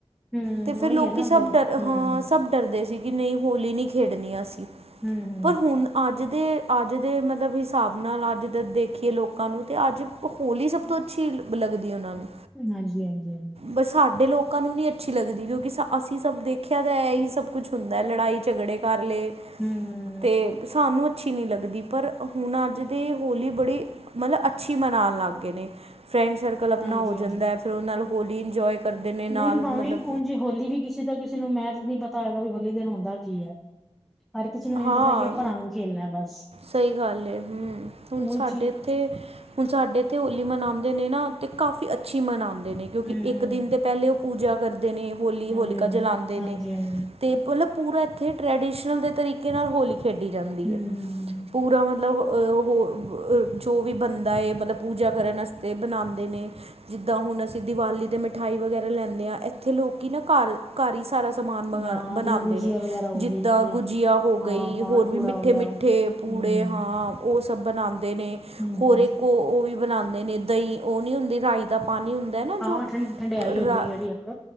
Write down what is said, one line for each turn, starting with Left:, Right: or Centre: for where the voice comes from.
Centre: ਹਮ
Right: ਤੇ ਫਿਰ
Centre: ਉਹੀ
Right: ਲੋਕ
Centre: ਹੈ ਨਾ
Right: ਸਭ
Centre: ਫਿਰ
Right: ਡਰ
Centre: ਹਮ
Right: ਹਾਂ ਸਭ ਡਰਦੇ ਸੀ ਕਿ ਨਹੀਂ ਹੋਲੀ ਨਹੀਂ ਖੇਡਣੀ ਅਸੀਂ
Centre: ਹਮ-ਹਮ
Right: ਪਰ ਹੁਣ, ਅੱਜ ਦੇ, ਅੱਜ ਦੇ ਮਤਲਬ, ਹਿਸਾਬ ਨਾਲ ਅੱਜ ਦੇਖੀਏ ਲੋਕਾਂ ਨੂੰ, ਤੇ ਅੱਜ ਹੋਲੀ, ਸਭ ਤੋਂ ਅੱਛੀ ਲੱਗਦੀ ਉਹਨਾਂ ਨੂੰ।
Centre: ਹਾਂਜੀ-ਹਾਂਜੀ, ਹਾਂ
Right: ਬ ਸਾਡੇ ਲੋਕਾਂ ਨੂੰ ਨਹੀਂ, ਅੱਛੀ ਲੱਗਦੀ ਕਿਉਂਕਿ, ਸ ਅਸੀਂ ਸਭ ਦੇਖਿਆ, ਤਾਂ ਹੀ ਸਭ ਕੁਝ ਹੂੰਦਾ ਏ। ਲੜਾਈ, - ਝਗੜੇ ਕਰ ਲਏ।
Centre: ਹੂੰ।
Right: ਤੇ ਸਾਨੂੰ ਅੱਛੀ ਨਹੀਂ ਲੱਗਦੀ। ਪਰ ਹੁਣ, ਅੱਜ ਦੇ ਹੋਲੀ ਬੜੀ ਮਤਲਬ ਅੱਛੀ, ਮਨਾਉਣ ਲੱਗ ਗਏ ਨੇ। ਫਰੈਂਡ ਸਰਕਲ ਆਪਣਾ
Centre: ਹਾਂਜੀ
Right: ਹੋ
Centre: ਹਾਂਜੀ
Right: ਜਾਂਦਾ ਏ। ਫੇਰ ਉਹਨਾਂ ਨੂੰ ਹੋਲੀ ਇੰਜੋਏ ਕਰਦੇ ਨੇ
Centre: ਨਹੀਂ
Right: ਨਾਲ
Centre: ਭਾਵੇਂ
Right: ਮਤਲਬ
Centre: ਹੂਂਜ, ਹੋਲੀ ਵੀ ਕਿਸੇ ਦਾ ਕਿਸੇ ਨੂੰ, ਮੈਂ ਤਾਂ ਨਹੀਂ, ਪਤਾ ਹੈਏਗਾ ਵੀ, ਹੋਲੀ ਦਿਨ ਹੁੰਦਾ ਕੀ ਹੈ। ਹਰ ਕਿਸੇ ਨੂੰ, ਇਹ
Right: ਹਾਂ
Centre: ਪਤਾ ਕਿ, ਆਪਾਂ ਰੰਗ ਖੇਲਣਾ ਬਸ।
Right: ਸਹੀ ਗੱਲ ਹੈ। ਹੂੰ, ਹੁਣ
Centre: ਉਹੀ
Right: ਸਾਡੇ
Centre: ਚੀਜ਼
Right: ਇੱਥੇ ਹੁਣ ਸਾਡੇ ਇੱਥੇ ਹੋਲੀ, ਮਨਾਉਂਦੇ ਨੇ ਨਾ, ਅਤੇ ਕਾਫੀ ਅੱਛੀ ਮਨਾਉਂਦੇ ਨੇ। ਕਿਉਂਕਿ
Centre: ਹੂੰ ਹੂੰ
Right: ਇੱਕ ਦਿਨ, ਤਾਂ ਪਹਿਲੇ ਉਹ ਪੂਜਾ ਕਰਦੇ ਨੇ। ਹੋਲੀ ਹੋਲਿਕਾ
Centre: ਹਾਂਜੀ ਹਾਂਜੀ
Right: ਜਲਉਂਦੇ
Centre: ਹਾਂਜੀ
Right: ਨੇ।
Centre: ਹਾਂਜੀ ਹੂੰ
Right: ਤੇ ਮਤਲਬ ਪੂਰਾ ਇੱਥੇ, ਟਰੈਡੀਸ਼ਨਲ ਦੇ ਤਰੀਕੇ, ਨਾਲ ਹੋਲੀ ਖੇਡੀ ਜਾਂਦੀ
Centre: ਹੂੰ
Right: ਹੈ।
Centre: ਹੂੰ
Right: ਪੂਰਾ ਮਤਲਬ, ਉਹ ਜੋ ਵੀ ਬੰਦਾ ਹੈ। ਏ ਮਤਲਬ ਪੂਜਾ ਕਰਨ ਵਾਸਤੇ ਬਨਉਂਦੇ ਨੇ। ਜਿੱਦਾਂ ਹੁਣ ਅਸੀਂ, ਦੀਵਾਲੀ ਤੇ ਮਿਠਾਈ ਵਗੈਰਾ, ਲੈਂਆਦੇ ਹਾਂ। ਇੱਥੇ ਲੋਕੀ ਨਾ ਘਰ ਘਰ ਹੀ, ਸਾਰਾ ਸਮਾਨ ਬਗਾ
Centre: ਹਾਂ
Right: ਬਣਾਉਂਦੇ
Centre: ਜਿਵੇਂ ਗੁਜੀਆ
Right: ਨੇ।
Centre: ਵਗੈਰਾ ਹੋ
Right: ਜਿੱਦਾਂ
Centre: ਗਈ
Right: ਗੁਜੀਆ ਹੋ
Centre: ਹਾਂ
Right: ਗਈ।
Centre: ਮਾਲ
Right: ਹੋਰ ਵੀ,
Centre: ਪੂੜਾ
Right: ਮਿੱਠੇ-
Centre: ਹੋ ਗਿਆ।
Right: ਮਿੱਠੇ
Centre: ਹੂੰ
Right: ਪੂੜੇ
Centre: ਹੂੰ
Right: ਹਾਂ। ਉਹ ਸਭ ਬਣਾਉਂਦੇ ਨੇ।
Centre: ਹੂੰ ਹੂੰ
Right: ਹੋਰ ਕੋ ਉਹ ਵੀ, ਬਣਾਉਂਦੇ ਨੇ, ਦਹੀਂ ਉਹ ਨੀ ਹੁੰਦੀ, ਰਾਈ ਦਾ ਪਾਣੀ ਹੁੰਦਾ ਨਾ।
Centre: ਹਾਂ
Right: ਜੋ
Centre: ਠ ਠੰਡਿਆਈ, ਉਦੀ
Right: ਰਾ
Centre: ਜਿਹੜੀ ਇੱਕ।